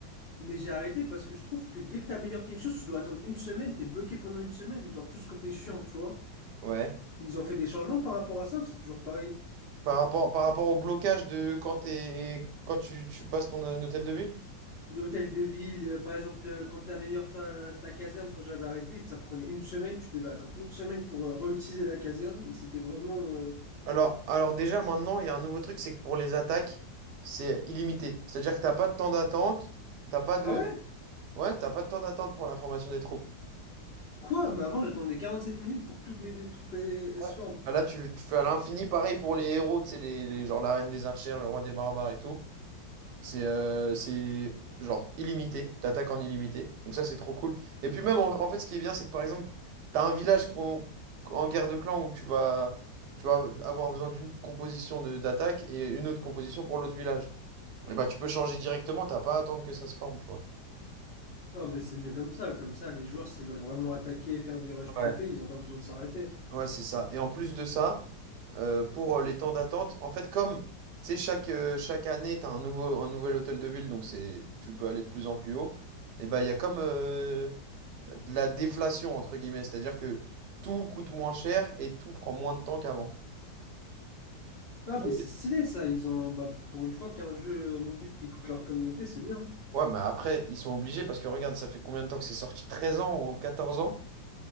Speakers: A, on the left; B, on the right.
A: mais j'ai arrêté parce que je trouve que dès que t'améliores quelque chose, tu dois attendre une semaine, t'es bloqué pendant une semaine, genre tout ce que t'es chiant, tu vois.
B: Ouais.
A: Ils ont fait des changements par rapport à ça ou c'est toujours pareil?
B: Par rapport, par rapport au blocage de quand t'es, quand tu, tu passes ton euh, hôtel de ville?
A: de hôtel de ville, euh, par exemple, euh, quand tu améliores ta, ta caserne, quand j'avais arrêté, ça prenait une semaine, tu devais attendre une semaine pour euh, réutiliser la caserne. C'était vraiment. euh,
B: Alors, alors déjà maintenant, il y a un nouveau truc, c'est que pour les attaques, c'est illimité. C'est-à-dire que t'as pas de temps d'attente, t'as pas de.
A: Ah ouais?
B: Ouais, t'as pas de temps d'attente pour la formation des troupes.
A: Quoi? Mais avant, j'attendais 47 minutes pour que toutes mes dé- troupes elles, elles
B: Ouais.
A: se forment.
B: Ah, Là, tu, tu fais à l'infini, pareil pour les héros, tu sais, les, les- genre la reine des archères, le roi des barbares et tout. C'est euh, c'est genre illimité, t'attaques en illimité. Donc ça, c'est trop cool. Et puis même, en, en fait, ce qui est bien, c'est que par exemple, t'as un village qu'on- en guerre de clan où tu vas, tu vas avoir besoin d'une composition de- d'attaque et une autre composition pour l'autre village. Et bah, tu peux changer directement, t'as pas à attendre que ça se forme, tu
A: Ah, ben c'est mieux comme ça. Comme ça, les joueurs, s'ils veulent vraiment attaquer et faire des rushs trophées,
B: vois.
A: ils n'ont pas besoin de s'arrêter.
B: Ouais, c'est ça. Et en plus de ça, euh, pour euh, les temps d'attente, en fait, comme tu sais, chaque, euh, chaque année, tu as un nouveau, un nouvel hôtel de ville, donc c'est, tu peux aller de plus en plus haut, et ben il y a comme euh, de la déflation, entre guillemets, c'est-à-dire que tout coûte moins cher et tout prend moins de temps qu'avant.
A: Ah,
B: Pour
A: ben c'est
B: les-
A: stylé ça. Ils ont. Bah, pour une fois qu'il y a un jeu euh, mobile qui écoute leur communauté, c'est bien.
B: Ouais, mais après, ils sont obligés parce que regarde, ça fait combien de temps que c'est sorti? treize ans ou 14 ans?